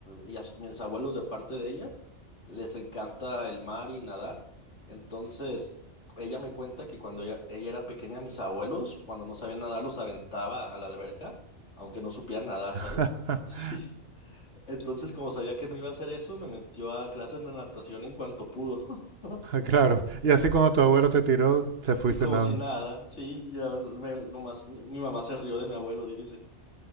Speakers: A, on the left (about 75°); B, on the right (about 60°).
A: y a mis abuelos de parte de ella les encanta el mar y nadar. Entonces, ella me cuenta que cuando ella, ella era pequeña, mis abuelos, cuando no sabían nadar, los aventaba a la alberca, aunque no supieran nadar,
B: <laughs>
A: ¿sabes? <laughs> Sí. Entonces, como sabía que me iba a hacer eso, me metió a clases de natación en cuanto pudo. <laughs>
B: claro. Y así cuando tu abuelo te tiró, te fuiste
A: Y como
B: nadando.
A: si nada, sí, ya me- nomás mi mamá se rió de mi abuelo, dice.